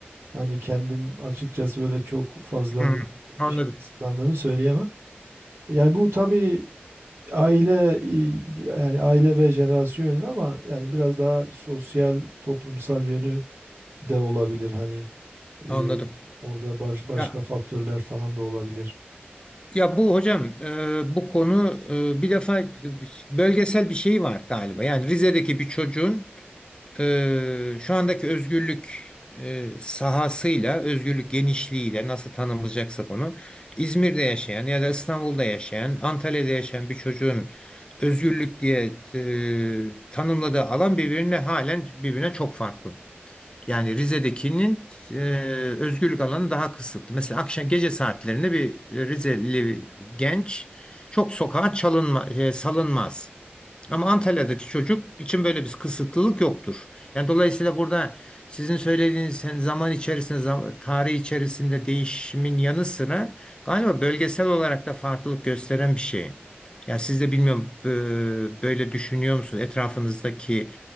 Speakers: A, on the right; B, on the left.
A: hani kendim açıkçası böyle çok fazla
B: Hmm,
A: bir
B: anladım.
A: iş kısıtlandığımı söyleyemem. Yani bu tabii aile e, yani aile ve jenerasyon yönü ama yani biraz daha sosyal toplumsal yönü de olabilir hani
B: Anladım.
A: e, orada baş, başka
B: Ya
A: faktörler falan da olabilir.
B: ya bu hocam e, bu konu e, bir defa bölgesel bir şey var galiba. Yani Rize'deki bir çocuğun Ee, şu andaki özgürlük e, sahasıyla, özgürlük genişliğiyle nasıl tanımlayacaksak onu, İzmir'de yaşayan ya da İstanbul'da yaşayan, Antalya'da yaşayan bir çocuğun özgürlük diye e, tanımladığı alan birbirine halen birbirine çok farklı. Yani Rize'dekinin e, özgürlük alanı daha kısıtlı. Mesela akşam gece saatlerinde bir Rizeli genç çok sokağa çalınma, e, salınmaz. Ama Antalya'daki çocuk için böyle bir kısıtlılık yoktur. Yani dolayısıyla burada sizin söylediğiniz sen zaman içerisinde, zam- tarih içerisinde değişimin yanı sıra galiba bölgesel olarak da farklılık gösteren bir şey. Yani siz de bilmiyorum bö- böyle düşünüyor musunuz? Etrafınızdaki